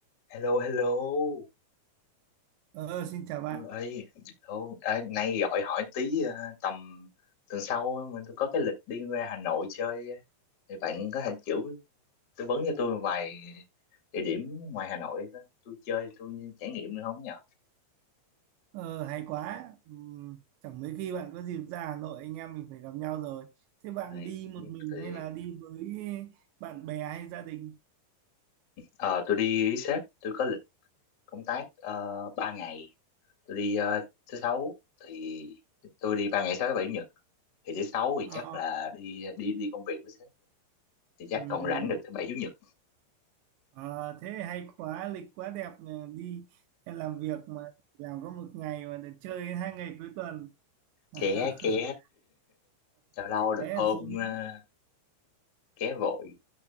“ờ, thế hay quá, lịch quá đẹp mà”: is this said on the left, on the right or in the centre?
Right